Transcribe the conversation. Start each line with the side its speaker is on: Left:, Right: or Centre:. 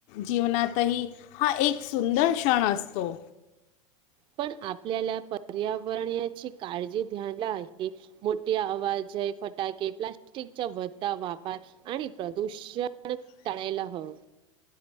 Left: जीवनातही हा एक सुंदर क्षण असतो.
Right: पण आपल्याला पर्यावरणाची काळजी घ्याला आहे‌. मोठे आवाजे फटाके प्लास्टिकच्या भता वापर आणि प्रदूषण टाळायला हवं.